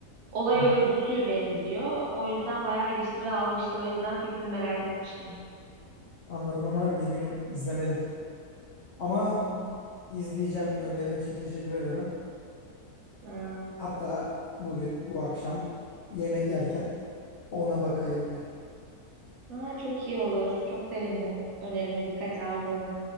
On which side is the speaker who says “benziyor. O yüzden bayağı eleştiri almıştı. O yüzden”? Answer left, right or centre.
Right